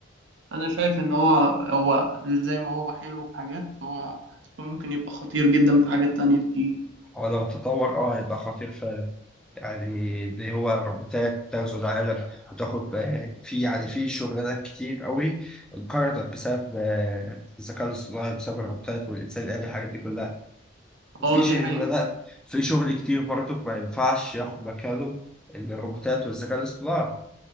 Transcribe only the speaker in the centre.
هو لو تطور اه هيبقى خطير فعلا يعني اللي هو روبوتات تغزو العالم وتاخد آه، في يعني في شغلانات كتير قوي انقرضت بسبب آه، الذكاء الاصطناعي بسبب الروبوتات والإنسان الآلي الحاجات دي كلها في
شغلانات
في شغل كتير برضه ما ينفعش ياخد مكانه الروبوتات والذكاء الاصطناعي